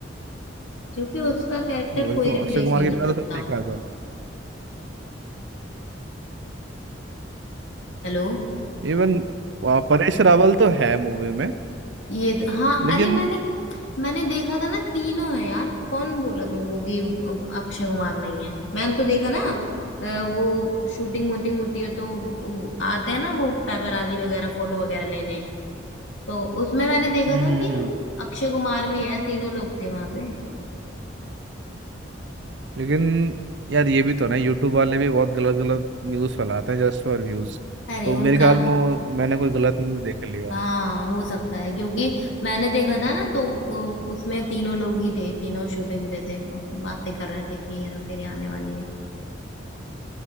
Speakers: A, on the left; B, on the right.
A: क्योंकि उसका कैरेक्टर
B: वही
A: कोई
B: तो
A: रिप्लेस
B: अक्षय कुमार
A: नहीं
B: के
A: कर
B: बिना
A: सकता
B: तो सब ठीक था
A: हेलो
B: इवन परेश रावल तो है मूवी में
A: ये तो हाँ
B: लेकिन
A: अरे मैंने मैंने देखा था ना तीनों है यार कौन बोला तुमको कि अक्षय कुमार नहीं है मैंने तो देखा ना अ, वो शूटिंग वूटिंग होती है तो वो आते हैं ना वो पेपराजी वगैरह फोटो वगैरह लेने तो उसमें मैंने देखा
B: हम्म
A: था
B: हम्म,
A: कि
B: हम्म।
A: अक्षय कुमार भी है तीनों लोग थे वहां पे
B: लेकिन यार ये भी तो ना यूट्यूब वाले भी बहुत गलत गलत न्यूज़ फैलाते हैं जस्ट फॉर व्यूज
A: अरे
B: तो
A: उनका
B: मेरे ख्याल में वो- मैंने कोई गलत न्यूज़ देख लिया
A: हाँ हो सकता है क्योंकि मैंने देखा था ना तो वो- उसमें तीनों लोग ही थे तीनों शूटिंग पे थे और बातें कर रहे थे कि हेरा फेरी आने वाली है